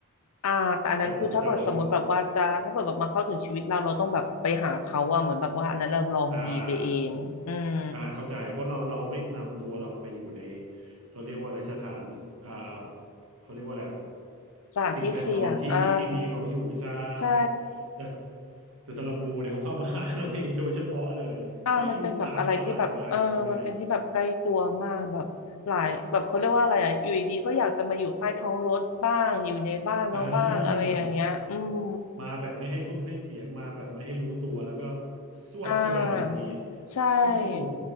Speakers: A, on the left; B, on the right.
A: อ่าแต่อันนั้นคือถ้าเกิดสมมติแบบว่าจะถ้าเกิดแบบมาเข้าถึงชีวิตเราเราต้องแบบไปหาเขาว่าเหมือนแบบว่าอันนั้นเราลองดีไปเองอืม
B: แต่ผมแต่ผมอ่าอ่าเข้าใจเพราะเราเราไม่นำตัวเราไปอยู่ในเขาเรียกว่าอะไรสถานอ่าเขาเรียกว่าอะไรอะ
A: สถานที่เสี่ยงอ่า
B: สิ่งแวดล้อมที่ที่ที่มีเขาอยู่ใช่
A: ใช่
B: แต่แต่สำหรับงูเนี่ยเขาเข้ามาหาเราเองโดยเฉพาะเลยไม่รู้มาเมื่อไหร่มายังไง
A: อ่ามันเป็นแบบอะไรที่แบบเออมันเป็นที่แบบใกล้ตัวมากแบบหลายแบบเขาเรียกว่าอะไรอะอยู่ดีๆก็อยากจะมาอยู่ใต้ท้องรถบ้างอยู่ในบ้านเราบ้างอะไรอย่างเงี้ยอืม
B: อ่า มาแบบไม่ให้ซุ่มให้เสียงมาแบบไม่ให้รู้ตัวแล้วก็สวบเข้าไปหนึ่งที
A: อ่าใช่
B: โอ้โห